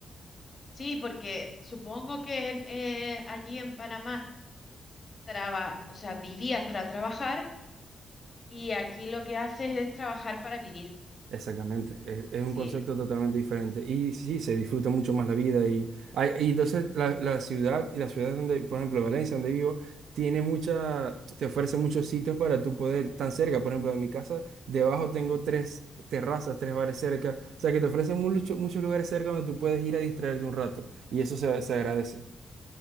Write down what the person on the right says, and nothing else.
Exactamente, es, es un
concepto totalmente diferente y sí, se disfruta mucho más la vida y, ay, y entonces la, la ciudad y la ciudad donde, por ejemplo, Valencia, donde vivo, tiene mucha, te ofrece muchos sitios para tú poder, tan cerca, por ejemplo, de mi casa, debajo tengo tres terrazas, tres bares cerca, o sea que te ofrecen mucho- muchos lugares cerca donde tú puedes ir a distraerte un rato y eso se, se agradece.